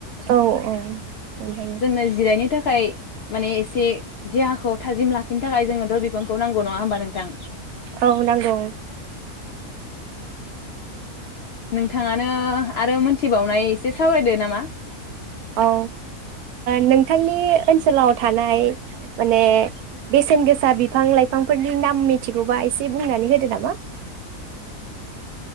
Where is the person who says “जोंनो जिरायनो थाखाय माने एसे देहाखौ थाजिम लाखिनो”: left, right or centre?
Left